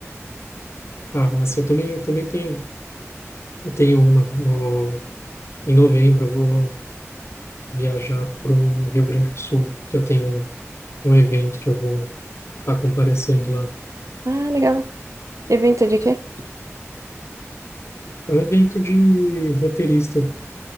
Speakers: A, on the left; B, on the right.
A: Ah, nossa, eu também, eu também tenho, eu tenho uma no, em novembro. viajar para o Rio Grande do Sul, que eu tenho um, um evento que eu vou estar comparecendo lá.
B: Ah, legal. Evento de quê?
A: É um evento de roteirista,